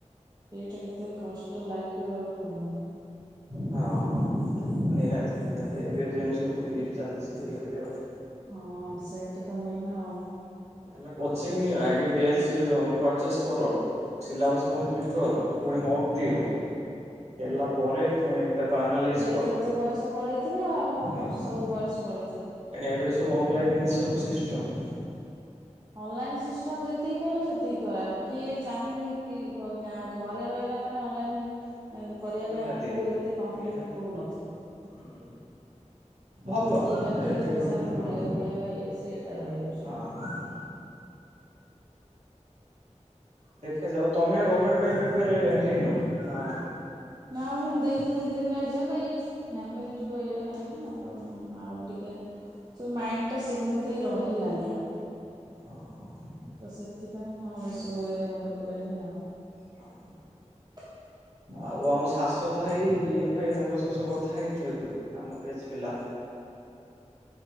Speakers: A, on the right; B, on the right.
A: ସେଇଟା କେତେ କଷ୍ଟ ଲାଗିବ ଆଉ କୁହନି
B: ହଁ ହଁ ନିହାତି ନିହାତି ଏବେ ଯେମିତି ସବୁ ଇଏ ଚାଲଛି ଏଭଳିଆ ଆଉ
A: ହଁ ସେଇଟା ତ ମେନ ଆଉ
B: ଲେ ହେଲା କୋଚିଂ ନିଅ ଆଗେ ବେଚ୍ ପର୍ଚେଜ୍ କର ସିଲାବସ୍ କର ପୁଣି ମଗ ଦିଅ ହେଲା ପରେ ପୁଣି <unintelligible>
A: ଏଥରେ
B: କର।
A: ତ ବୟସ ପଳେଇଥିବ ଆଉ
B: ହଁ
A: ସବୁ
B: ହଁ
A: ବୟସ ପଳେଇଥିବ
B: ଏବେ ଏଣ ସବୁ ଅନଲାଇନ୍ ସବୁ ସିଷ୍ଟମ
A: ଅନଲାଇନ୍ ସିଷ୍ଟମ ଯେତିକି ଭଲ, ସେତିକି ଖରାପ କିଏ
B: ହୁଁ
A: ଚାହୁଁନୀ କି ଗାଁ ଘରେ ରହିଲା ମାନେ ଅନଲାଇନ୍ ଏ କରିବା
B: ନିହାତି
A: ପାଇଁ ତାଙ୍କୁ ଏତେ କମ୍ଫର୍ଟେବୁଲ୍
B: ନିହାତି
A: ହେଉନଥିବ
B: ହୁଁ। ଭଲ
A: କିଏ ଡାକିଲେ
B: ଯେ ଏଇ
A: ସାଙ୍ଗେ
B: ଗଲେ,
A: ସାଙ୍ଗେ ଆମେ
B: ହଁ
A: ବୁଲିବାକୁ ପଳେଇବା ଇଏ ସିଏ ଏଇଟା ରହିଯାଉଛି।
B: ହଁ ହଁ ଏ <inaudible> ଦେଖାଯାଉ ତମେ ଗଭର୍ଣମେଣ୍ଟ ପାଇଁ ପ୍ରିପେଆର ହେଇନ ନା
A: ନା ମୁଁ ଦେଇଥିଲି ଦି ତିନିଟା ଏକ୍ଜାମ୍ ଏଇ ଫ୍ୟାମିଲି ର ଏଇଟା ହେଲା ନା ଆଉ ଟିକେ ତ ମାଇଣ୍ଡ ଟା ସେମିତି ରହିଲାନି ଆ
B: ହଁ ହଁ
A: ତ ସେଥିପାଇଁ ମୁଁ ଏସବୁ ୱେ ରେ ମୁଣ୍ଡ ପୁରେଇନି ଆଉ
B: ହଁ। ଆଉ ଆମ ଶାଶ୍ୱତ ଭାଇ, ଇଏ ଭାଇ ତାଙ୍କ ସହ ସବୁ କଥା ହେଇଥିଲ ଆମ ବେଞ୍ଚ ପିଲା